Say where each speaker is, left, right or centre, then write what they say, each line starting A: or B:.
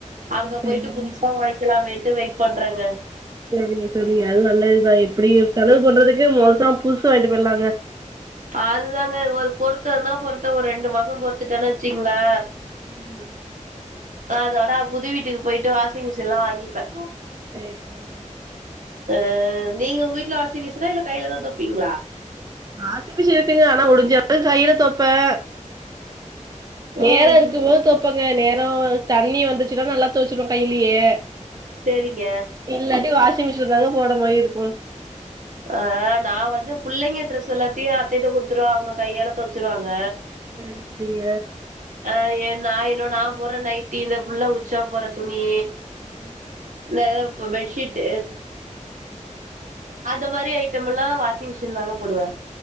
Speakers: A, on the right; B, on the right.
A: அங்க
B: ம் சரிங்க
A: போயிட்டு புதுசா வாங்கிக்கலாமேண்ட்டு வெயிட் பண்றேங்க
B: சரிங்க சரிங்க அது நல்லதுதா இப்டி செலவு பண்றதுக்கு மோசமா புதுசு வாங்கிட்டு போய்ர்லாங்க
A: அதுதாங்க ஒரு பொறுத்தன்னா பொறுத்த ஒரு ரெண்டு மாச பொறுத்துட்டோனு வச்சுக்கங்களே
B: ம்
A: அதோட புது வீட்டுக்கு போயிட்டு வாஷிங் மிஷின் லா வாங்கிப்பே
B: சேர் சரிங்க
A: அ நீங்க உங்க வீட்ல வாசிங் மிஷனா இல்ல கையில தான தொப்பீங்களா
B: வாஷிங்மிஷின் இருக்குங்க ஆனா முடிஞ்சளவு கைல தொப்பே நேர
A: ம்.
B: இருக்கும்போது துவைப்பங்க நேர தண்ணி வந்துச்சுன்னா நல்லா துவைச்சுருவே கைலயே
A: சேரிங்க
B: இல்லாட்டி வாஷிங் மிஷின்ல தாங்க போடர் மாரி இருக்கு
A: அ நா வந்து பிள்ளைங்க ட்ரெஸ் எல்லாத்தையு அத்தைட்ட கொடுத்துருவ அவங்க கையால தொவச்சிருவாங்க
B: சேரி சரிங்க
A: அ ஏ நா இன்னு நா போட்ற நைட்டி இந்த புள்ள உச்சா போற துணி
B: ம்
A: இல்ல ஏதா போ பெட்ஷீட் அந்த மாரி ஐட்டம் எல்லாம் வாஷிங் மிஷின் தாங்க போடுவே